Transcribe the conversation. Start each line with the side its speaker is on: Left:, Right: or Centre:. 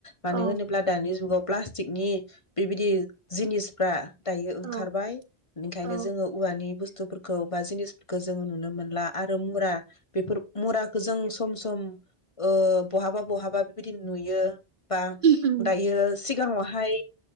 Left: मानो
Right: औ
Left: होनोब्ला दानि जुगाव प्लास्टिकनि बेबायदि जिनिसफ्रा दायो ओंखारबाय
Right: औ
Left: बेनिखायनो
Right: औ
Left: जोंङो औवानि बुस्थु बुस्थुफोरखौ बा जिनिसफोरखौ जोंङो नुनो मोनला आरो मुरा बेफोर मुराखौ जों सम सम ओ बहाबा बहाबा बेबायदि नुयो। बा
Right: उम
Left: दायो सिगाङावहाय